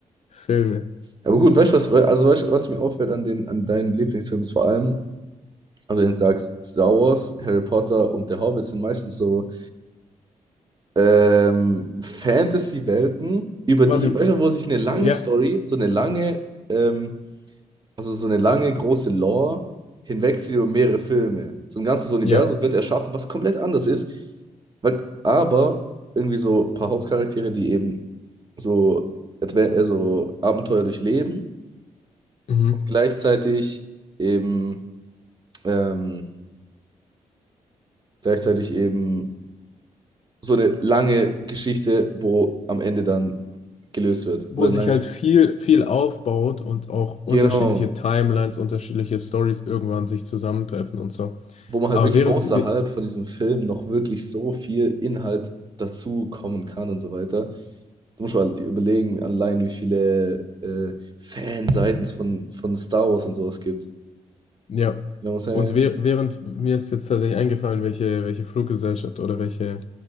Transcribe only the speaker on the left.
Filme.
Warte,
ja,
ja.
mhm.
wo
sich
halt viel, viel aufbaut und auch unterschiedliche
Timelines, unterschiedliche Stories irgendwann sich zusammentreffen und so.
Aber
während,
we-
ja,
und we-
während mir ist jetzt tatsächlich eingefallen, welche, welche Fluggesellschaft oder welche